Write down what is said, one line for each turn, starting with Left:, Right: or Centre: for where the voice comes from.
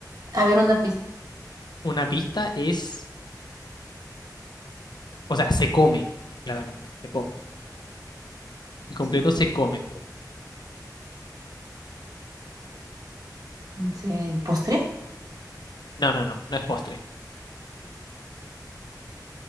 Right: A ver, una pista.
Left: Una pista es, o sea, se come, claramente, se come. El completo
Right: Sí, con,
Left: se come.
Right: no sé, ¿postre?
Left: No, no, no, no es postre.